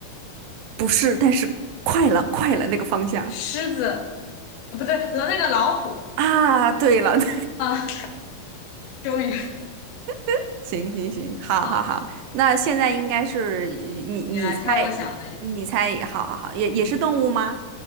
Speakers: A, on the right (about 80°); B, on the left (about 80°).
A: 不是，但是快了，快了那个方向
B: 狮子？呃，不对，了那个老虎
A: 啊！对了，对，
B: 啊！终于，
A: <laughs> 行行行，好好好，
B: 好，
A: 那现在应该是你你猜，
B: 你来猜我想的。
A: 你猜，好好好，也也是动物吗？
B: 嗯，